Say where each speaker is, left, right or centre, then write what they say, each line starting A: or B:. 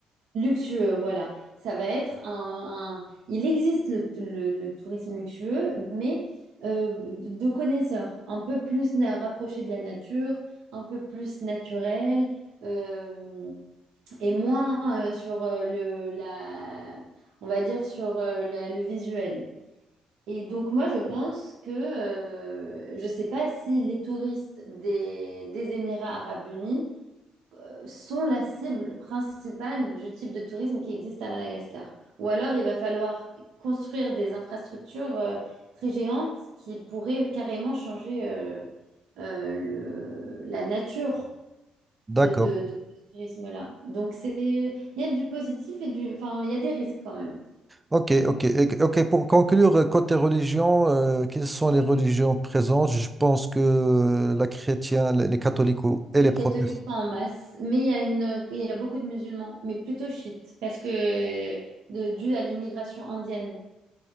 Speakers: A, on the right (about 65°); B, on the right (about 20°).
A: Luxueux, voilà. Ça va être un, un- Il existe le, le- le tourisme luxueux, mais euh, de connaisseurs, un peu plus na- rapproché de la nature, un peu plus naturel, euh, et moins euh, sur euh, le, la, on va dire sur euh, la- le visuel. Et donc moi, je pense que euh, je ne sais pas si les touristes des, des Émirats arabes unis sont la cible principale du type de tourisme qui existe à Madagascar. Ou alors, il va falloir construire des infrastructures euh, très géantes qui pourraient carrément changer euh, euh, le- la nature
B: D'accord.
A: de, de- de ce tourisme-là. Donc, c'est, il y a du positif et du, enfin, il y a des risques quand même.
B: Ok, ok. Et- Ok, pour conclure, euh, côté religion, euh, quelles sont les religions présentes? Je pense que la chrétienne, les les catholiques ou- et les
A: Les
B: protestants.
A: catholiques sont en masse, mais il y a une, il y a beaucoup de musulmans, mais plutôt chiites, parce que de, dû à l'immigration indienne.